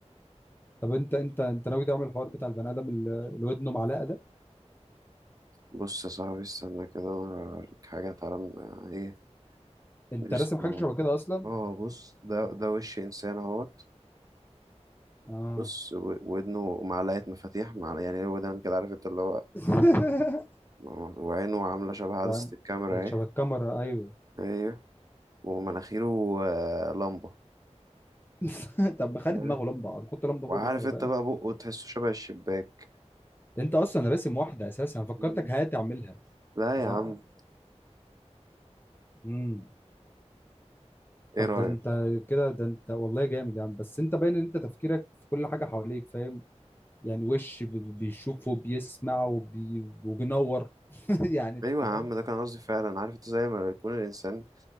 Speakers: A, on the left (about 20°); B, on the right (about 30°).
A: طب انت انت انت ناوي تعمل الحوار بتاع البني ادم اللي اللي ودنه معلقه ده
B: بص يا صاحبي استنى كده انا هوريك حاجه تعالى ن- ايه
A: انت
B: نرسم
A: راسم حاجه
B: هو-
A: شبه كده اصلا
B: اه بص ده ده وش انسان اهوت
A: اه
B: بص و- ودنه معلقه مفاتيح مع يعني ودان كده عارف انت اللي هو
A: <laughs>
B: آه، وعينه عاملة شبه عدسة
A: وعن
B: الكاميرا
A: شبه
B: اهي
A: الكاميرا ايوه
B: ايوه ومناخيره آه، لمبة
A: <laughs> طب ما خلي
B: أيوة.
A: دماغه لمبه نحط لمبه
B: وعارف
A: فوق دماغه
B: انت
A: فاهم
B: بقى بقه تحسه شبه الشباك
A: انت اصلا راسم واحده اساسا انا فكرتك
B: مم.
A: هتعملها
B: لا
A: بس
B: يا
A: ع-
B: عم
A: امم
B: ايه
A: طب
B: رأيك
A: ده انت كده ده انت والله جامد يعني بس انت باين ان انت تفكيرك في كل حاجه حواليك فاهم يعني وش بي- بيشوف وبيسمع وبي... وبينور <laughs> يعني انت
B: ايوه يا عم
A: فاهم
B: ده كان قصدي فعلا عارف انت زي ما يكون الانسان